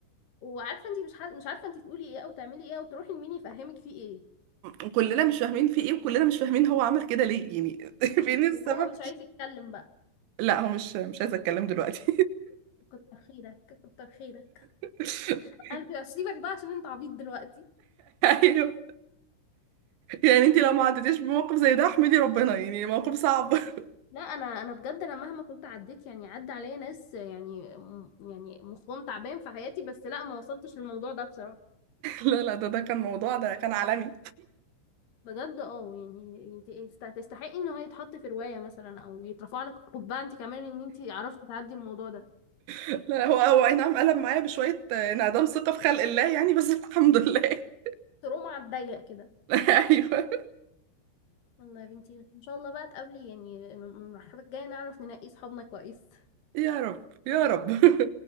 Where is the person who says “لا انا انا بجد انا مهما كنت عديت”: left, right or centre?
Left